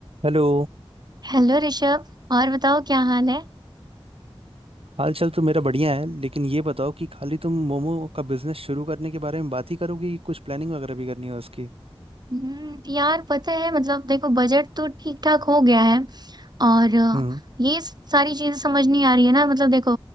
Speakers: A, on the right; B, on the right.
A: हेलो
B: Hello Rishabh और बताओ क्या हाल है
A: हाल चाल तो मेरा बढ़िया है लेकिन ये बताओ कि खाली तुम मोमो का बिजनेस शुरू करने के बारे में बात ही करोगे कि कुछ प्लानिंग वगैरह भी करनी है उसकी
B: हम्म, यार पता है मतलब देखो बजट तो ठीक ठाक हो गया है और अ,
A: हम्म
B: ये सारी चीजें समझ नहीं आ रही है ना मतलब देखो